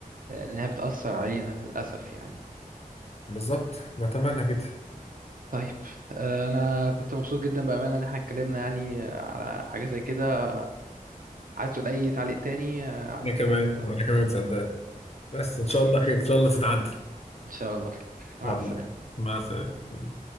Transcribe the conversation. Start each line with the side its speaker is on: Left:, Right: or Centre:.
Right: آه، إنها بتأثر علينا للأسف يعني
Left: بالظبط نتمنى كده
Right: طيب آه، انا كنت مبسوط جدا بامانه ان احنا اتكلمنا يعني على حاجه زي كده عايز تقول اي تعليق تاني آه، عايز
Left: انا كمان
Right: حابب تقول-
Left: وانا كمان صدقني بس ان شاء
Right: حبيبي
Left: الله خير ان شاء الله تتعدل
Right: ان شاء الله خير مع
Left: حبيبي
Right: السلامه
Left: مع السلامة